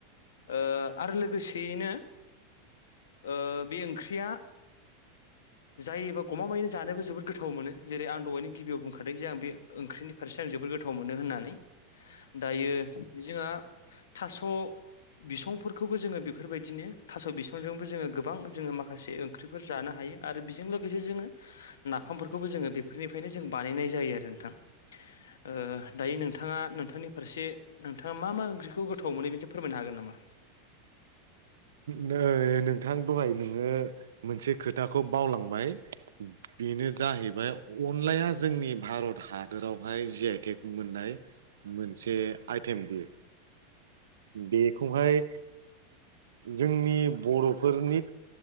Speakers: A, on the left; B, on the right.
A: ओ आरो लोगोसेयैनो ओ बे ओंख्रिया <inaudible> जायोबा गमामायैनो जानोबो जोबोद गोथाव मोनो जेरै आं दहायनो गिबियाव बुंखादों जे आं बे ओंख्रिनि फारसे आं जोबोद गोथाव मोनो होननानै दायो जोंहा थास' बिसंफोरखौबो जोङो बेफोरबायदिनो थास' बिसंजोंबो जोङो गोबां जोङो माखासे ख्रिफोर जानो हायो आरो बेजों लोगोसे जोङो नाफामफोरखौबो जोङो बेफोरनिफ्रायनो जों बानायनाय जायो आरो नोंथां ओ दायो नोंथाङा नोंथांनि फारसे नोंथाङा मा मा ओंख्रिखौ गोथाव मोनो बेनो सायाव फोरमायनो हागोन नामा
B: नै नोंथां दहाय नोङो मोनसे खोथाखौ बावलांबाय बेनो जाहैबाय अनलाया जोंनि भारत हादोरावहाय जि आइ टेक मोननाय मोनसे आइटेम बियो बेखौहाय जोंनि बर'फोरनि